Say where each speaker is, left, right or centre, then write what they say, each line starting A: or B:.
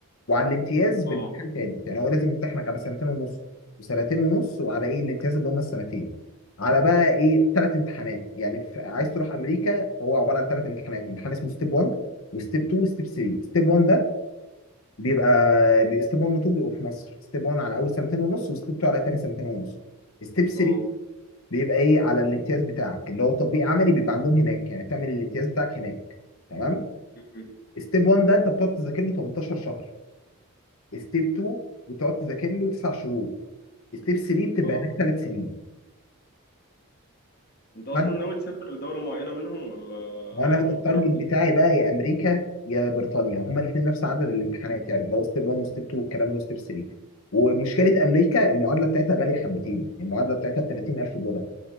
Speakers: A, on the left; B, on the left.
A: وعلى الامتياز بامتحان
B: أه
A: تاني يعني هو لازم يمتحنك على سنتين ونص وسنتين ونص وعلى ايه الامتياز اللي هم السنتين على بقى ايه ثلاث امتحانات يعني ف- عايز تروح امريكا هو عباره عن ثلاث امتحانات امتحان اسمه ستيب 1 وستيب 2 وستيب 3 ستيب 1 ده بيبقى ستيب 1 و 2 بيبقوا في مصر ستيب 1 على اول سنتين ونص وستيب 2 على تاني سنتين ونص ستيب 3
B: أه
A: بيبقى ايه على الامتياز بتاعك اللي هو تطبيق عملي بيبقى عندهم هناك يعني تعمل الامتياز بتاعك هناك تمام
B: <laughs>
A: ستيب 1 ده انت بتقعد تذاكر له 18 شهر ستيب 2 بتقعد تذاكر له 9 شهور ستيب 3 بتبقى
B: اه
A: هناك 3 سنين
B: انت اصلا
A: فاهم؟
B: ناوي تسافر لدولة معينة منهم ولا
A: وانا التارجت
B: ما قررتش
A: بتاعي بقى يا امريكا يا بريطانيا هما الاثنين نفس عدد الامتحانات يعني اللي هو ستيب 1 وستيب 2 والكلام ده وستيب 3 ومشكله امريكا المعادله بتاعتها غاليه حبتين المعادله بتاعتها ب 30000 دولار